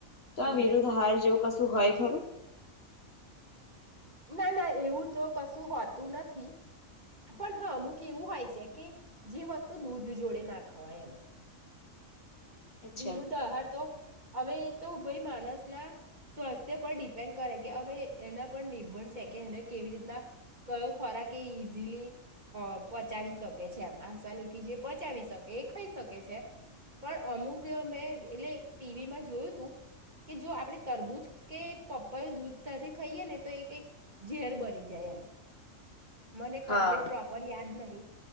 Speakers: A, on the left; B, on the right.
A: તો
B: હમ
A: આ વિરુદ્ધ આહાર જેવું કશું હોય ખરું
B: ના ના એવું તો કશું હોતું નથી પણ હા અમુક એવું હોય છે કે જે વસ્તુ દૂધ જોડે ના ખવાય એમ
A: અચ્છા
B: વિરુદ્ધ આહાર તો અવે તો ભય માણસના સ્વાસ્થ્ય પર ડિપેન્ડ કરે કે હવે ભાઈ એના પર નિર્ભર છે કે એને કેવી રીતના કયો ખોરાક એ ઈઝીલી પચાવી શકે છે એમ આસાનીથી જે પચાવી શકે એ ખઈ શકે છે પણ અમુક મેં એટલે ટીવીમાં જોયું તું કે જો આપણે તરબૂજ કે પપર દૂધ સાથે ખઈએ ને તો એ કઈક ઝેર બની જાય એમ મને
A: હા
B: કમ્પ્લીટ પ્રોપર યાદ નહી.